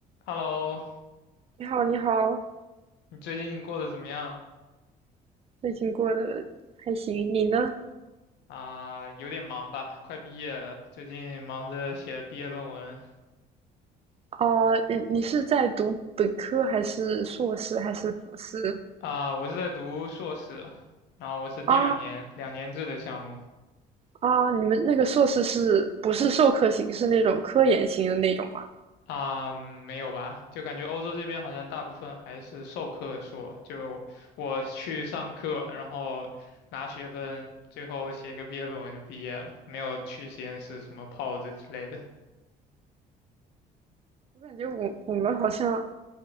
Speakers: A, on the left (about 85°); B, on the right (about 35°).
A: Hello，
B: 你好，你好，
A: 你最近过得怎么样？
B: 最近过得还行，你呢？
A: 啊、有点忙吧，快毕业了，最近忙着写毕业论文。
B: 啊、你你是在读本科还是硕士还是博士？
A: 啊、我是在读硕士，然后我是第二年，
B: 啊
A: 两年制的项目。
B: 啊，你们那个硕士是不是授课型，是那种科研型的那种吗？
A: 啊、没有吧？就感觉欧洲这边好像大部分还是授课硕，就我去上课，然后拿学分，最后写个毕业论文就毕业了，没有去实验室什么泡着之类的。
B: 我感觉我我们好像